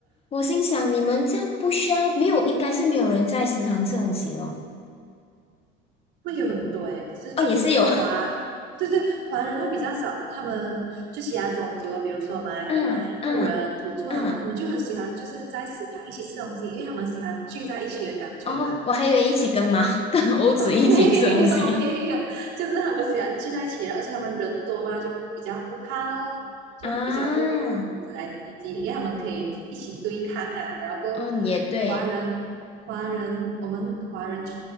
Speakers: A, on the left; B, on the right.
A: 我心想，你们这样不需要，没有，应该是没有人在食堂吃东西咯。
B: 会有很多诶，可是就华，
A: 哦，也是有，
B: 对对，华人会比较少，他们就其他种族的比如说马来人啊、
A: <laughs> 嗯嗯嗯。
B: 印度人、土著他们，他们就很喜欢就是在食堂一起吃东西，因为他们喜欢聚在一起的感觉吧。
A: 哦，我还以为一起跟猫、
B: 然后。
A: <laughs> 跟欧子一起吃东西
B: <laughs> 没有没有，就是他们喜欢聚在一起了而且他们人多嘛，就比较不怕咯，就比较不会怕猴子来袭击，
A: 啊。
B: 因为他们可以一起对抗啊。然后过
A: 嗯，也对
B: 华人，华人我们华人就